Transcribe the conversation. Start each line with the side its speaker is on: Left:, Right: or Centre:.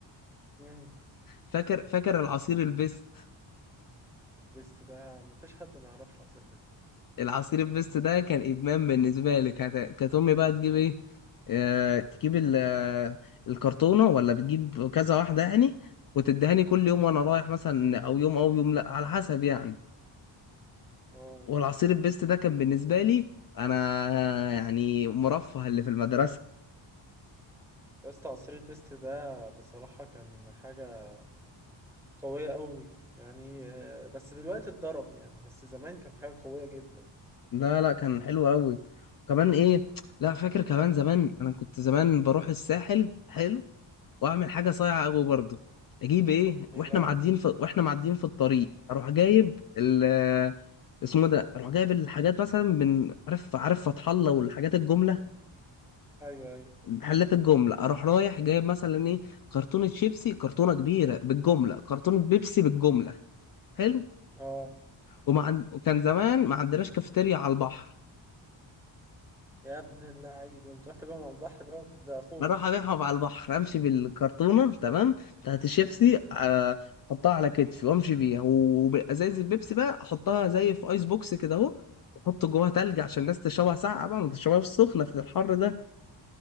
Centre: امم
Left: فاكر فاكر العصير البيست
Centre: البيست ده مفيش حد ما يعرفش عصير بيست
Left: العصير البيست ده كان ادمان بالنسبه لي كانت كانت امي بقى تجيب ايه آه، تجيب ال- آه، الكرتونه ولا بتجيب كذا واحده يعني وتدهني كل يوم وانا رايح مثلا او يوم او يوم لا على حسب يعني
Centre: اه
Left: والعصير البيست ده كان بالنسبه لي انا يعني مرفه اللي في المدرسه
Centre: يا اسطى عصير البيست ده بصراحة كان حاجة قوية قوي يعني آه، بس دلوقتي اتضرب يعني بس زمان كان حاجة قوية جدا
Left: لا لا كان حلو قوي وكمان ايه لا فاكر كمان زمان انا كنت زمان بروح الساحل حلو واعمل حاجه صايعه قوي برضه اجيب ايه
Centre: ايه
Left: واحنا
Centre: بقى
Left: معديين في واحنا معديين في الطريق اروح جايب ال اسمه ده اروح جايب الحاجات مثلا من عارف عارف فتح الله والحاجات الجمله
Centre: ايوه ايوه
Left: محلات الجمله اروح رايح جايب مثلا ايه كرتونه شيبسي كرتونه كبيره بالجمله كرتونه بيبسي بالجمله حلو
Centre: اه
Left: وما عند... كان زمان ما عندناش كافيتيريا على البحر
Centre: يا ابن اللعيبة بتروح تبيعهم على البحر بقى بضعفهم
Left: اروح ابيعهم على البحر امشي بالكرتونه تمام بتاعت الشيبسي آه، احطها على كتفي وامشي بيها وازايز البيبسي بقى احطها زي في ايس بوكس كده اهو احط جواها تلج عشان الناس تشربها ساقعه بقى ما تشربهاش سخنه في الحر ده